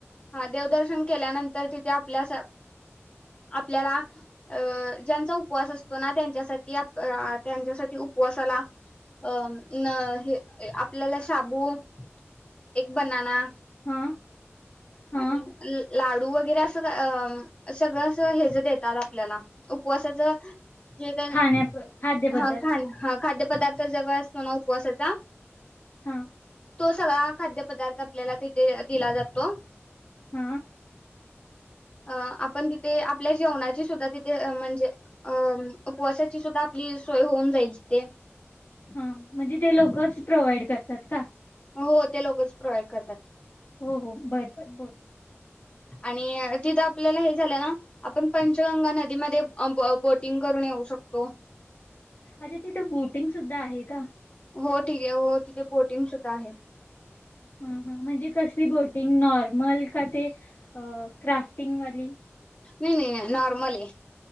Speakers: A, on the left (about 25°); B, on the left (about 45°).
A: हा देवदर्शन केल्यानंतर तिथे आपल्या आपल्याला अं ज्यांचा उपवास असतो ना त्यांच्यासाठी त्यांच्यासाठी उपवासाला अं हे आपल्याला शाबु एक बनाना
B: हा हा
A: आणि - लाडू वगैरे असं अ आम् सगळं अस हे ज देतात आपल्याला उपवासाच जे काय
B: खाण्या खाद्यपदार्थ
A: हा खान हा खाद्य पदार्थ जवळ असतो ना उपवासाचा
B: हा
A: तो सगळा खाद्य पदार्थ आपल्याला तिथे दिला जातो.
B: हा
A: अ आपण तिथे आपल्या जेवणाची सुद्धा, तिथे म्हणजे अ उपवासाची सुद्धा पली सोय होऊन जाईल तिते.
B: हां, म्हणजे ते लोकच प्रोव्हाइड करतात का?
A: हो, ते लोकच प्रोव्हाइड करतात.
B: हो-हो बर बोल.
A: आणि तिथं आपल्याला हे झालं ना, आपण पंचगंगा नदीमध्ये अंब बो बोटिंग करून येऊ शकतो.
B: अच्छा तिथे बोटिंग सुद्धा आहे का?
A: हो ठीक हे. हो तिथे बोटिंग सुद्धा आहे.
B: हां-हां म्हणजे कसी बोटींग? नॉर्मल का ते क्राफ्टिंग वाली?
A: नई-नई-नई नॉर्मल ए.